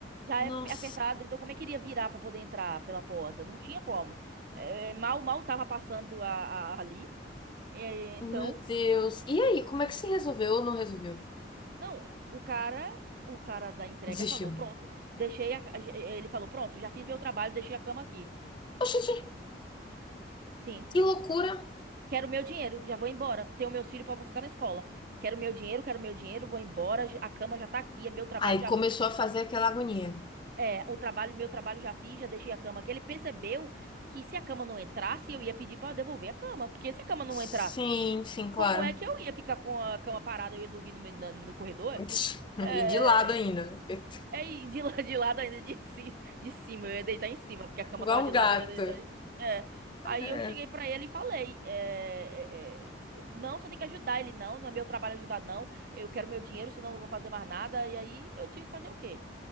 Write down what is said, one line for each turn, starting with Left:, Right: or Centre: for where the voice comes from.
Right: Já
Left: nossa,
Right: é apertado, então como é que iria virar para poder entrar pela porta? Não tinha como. É, é, mal, mal tava passando a, a- ali. É, então,
Left: meu Deus. E aí, como é que se resolveu ou não resolveu?
Right: não, o cara, o cara da entrega
Left: Desistiu.
Right: falou, pronto, deixei a, a- ele falou, pronto, já fiz meu trabalho, deixei a cama aqui.
Left: Oxente,
Right: Sim.
Left: que loucura!
Right: Quero meu dinheiro, já vou embora. Tenho meus filhos para buscar na escola. Quero meu dinheiro, quero meu dinheiro, vou embora, a cama já tá aqui, é meu trabalho
Left: Aí
Right: já
Left: começou
Right: fiz.
Left: a fazer aquela agonia.
Right: É, o trabalho, meu trabalho já fiz, já deixei a cama aqui. Ele percebeu que se a cama não entrasse, eu ia pedir pra devolver a cama. Porque se a cama não
Left: Sim,
Right: entrar,
Left: sim, claro.
Right: como é que eu ia ficar com a cama parada, eu ia dormir no, meu- na- no corredor?
Left: <laughs>
Right: É,
Left: E de lado ainda, <laughs>
Right: é e de, la- de lado ainda, de, ci- de cima, eu ia deitar em cima, porque a cama
Left: igual
Right: tava de
Left: um gato.
Right: lado, eu ia deitar em cima. É. Aí
Left: É.
Right: eu cheguei pra ele e falei: é, é, é, Não, você tem que ajudar ele, não. Não é meu trabalho ajudar, não. Eu quero meu dinheiro, senão eu não vou fazer mais nada. E aí eu tive que fazer o quê?